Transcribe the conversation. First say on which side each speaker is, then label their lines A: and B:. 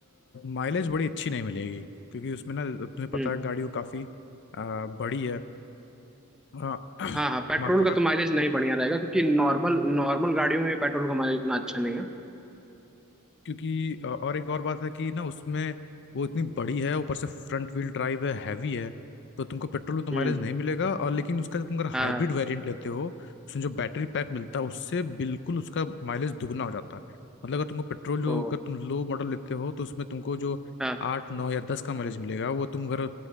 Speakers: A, on the left; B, in the centre.
A: माइलेज बड़ी अच्छी नहीं मिलेगी क्योंकि उसमें ना तुम्हें पता
B: हम्म
A: है गाड़ी वो काफ़ी बड़ी है आ, <clears throat>
B: हाँ हाँ पेट्रोल
A: माफ करना
B: का तो माइलेज नहीं बढ़िया रहेगा क्योंकि नॉर्मल नॉर्मल गाड़ियों में पेट्रोल का माइलेज इतना अच्छा नहीं है
A: क्योंकि अ, और एक और बात है कि ना उसमें वो इतनी बड़ी है ऊपर से फ्रंट व्हील ड्राइव है हैवी है तो तुमको पेट्रोल में तो माइलेज
B: हम्म
A: नहीं मिलेगा और लेकिन उसका जो तुम अगर हाइब्रिड
B: हाँ
A: वेरिएंट लेते हो उसमें जो बैटरी पैक मिलता है उससे बिल्कुल उसका माइलेज दुगना हो जाता है मतलब अगर तुमको पेट्रोल जो
B: ओ
A: अगर तुम लो मॉडल लेते हो तो उसमें तुमको जो
B: हाँ
A: आठ नौ या दस का माइलेज मिलेगा वो तुम अगर